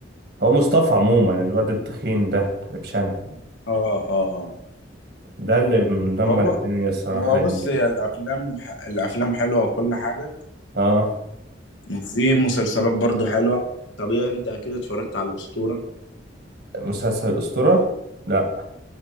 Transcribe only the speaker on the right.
هو مصطفى عموما الواد التخين ده اللي بشنه
ده اللي مدمر
الدنيا الصراحة
الأيام
دي
اه
مسلسل الأسطورة لا